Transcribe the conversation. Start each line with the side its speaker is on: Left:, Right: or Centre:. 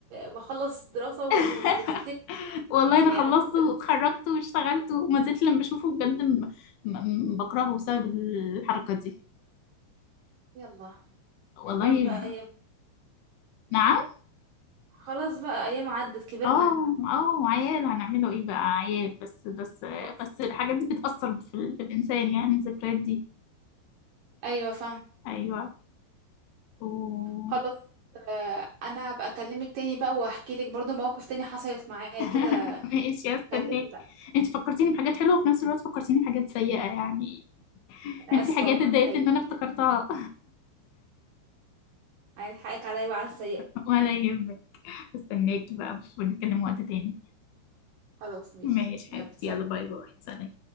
Right: ما اخلص دراسة و-
Left: <laughs>
Right: وافتك
Left: والله
Right: يعني
Left: انا خلصته
Right: ادرس ادرس
Left: واتخرجت واشتغلت وما زلت لما بشوفه بجد م- م- بكرهه بسبب الحركة دي
Right: يلا
Left: والله
Right: يا خلاص بقى ايام
Left: نعم
Right: خلاص بقى ايام عدت كبرنا
Left: اه
Right: احنا
Left: اه عيال هنعمله ايه بقى عيال بس بس
Right: خلاص
Left: بس الحاجات دي بتأثر في, ال- في الإنسان يعني الذكريات دي
Right: ايوه فاهم
Left: ايوه و...
Right: خلاص آه، انا هبقى اكلمك تاني بقى واحكي لك برضو مواقف تاني حصلت معايا
Left: <laughs>
Right: كده
Left: ماشي هستناكي
Right: خليجي بقى
Left: انت فكرتيني بحاجات حلوة وفي نفس الوقت فكرتيني بحاجات سيئة يعني
Right: انا
Left: يعني
Right: اسفه
Left: في حاجات
Right: والله
Left: اتضايقت
Right: على السيئه
Left: ان انا افتكرتها
Right: هحقك عليا بقى على السيئه
Left: <laughs> ولا يهمك استناكي بقى ونتكلم وقت تاني
Right: خلاص ماشي
Left: ماشي حبيبتي
Right: يلا سلام
Left: يلا باي باي سلام